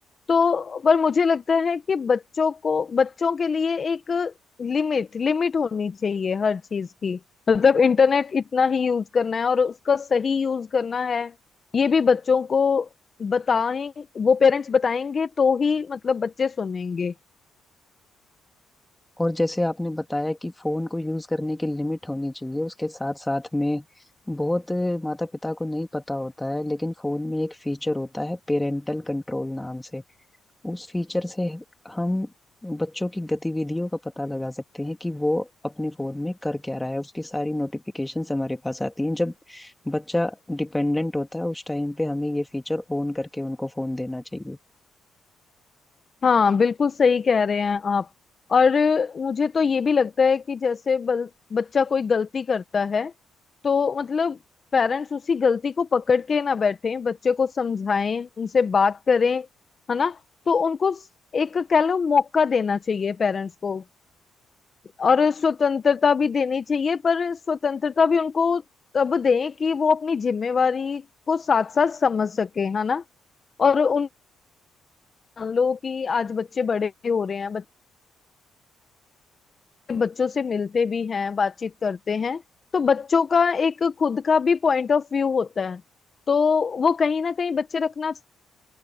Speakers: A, on the left (about 35°); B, in the centre.
A: तो पर मुझे लगता है कि बच्चों को बच्चों के लिए एक लिमिट लिमिट होनी चाहिए हर चीज की मतलब इंटरनेट इतना ही यूज करना है और उसका सही यूज करना है ये भी बच्चों को बताएं वो पेरेंट्स बताएंगे तो ही मतलब बच्चे सुनेंगे
B: और जैसे आपने बताया कि फोन को यूज करने की लिमिट होनी चाहिए उसके साथ साथ में बहुत माता पिता को नहीं पता होता है लेकिन फोन में एक फीचर होता है पेरेंटल कंट्रोल नाम से उस फीचर से हम बच्चों की गतिविधियों का पता लगा सकते हैं कि वो अपने फोन में कर क्या रहा है उसकी सारी नोटिफिकेशंस हमारे पास आती हैं जब बच्चा डिपेंडेंट होता है उस टाइम पे हमें ये फीचर ऑन करके उनको फोन देना चाहिए
A: हाँ बिल्कुल सही कह रहे हैं आप और मुझे तो ये भी लगता है कि जैसे बल, बच्चा कोई गलती करता है तो मतलब पेरेंट्स उसी गलती को पकड़ के ना बैठे बच्चे को समझाएं उनसे बात करें है ना तो उनको एक कह लो मौका देना चाहिए पेरेंट्स को और स्वतंत्रता भी देनी चाहिए पर स्वतंत्रता भी उनको तब दें कि वो अपनी जिम्मेवारी को साथ साथ समझ सके है ना और उन मान लो कि आज बच्चे बड़े भी हो रहे हैं बच्चे बच्चों से मिलते भी हैं बातचीत करते हैं तो बच्चों का एक खुद का भी पॉइंट ऑफ व्यू होता है तो वो कहीं ना कहीं बच्चे रखना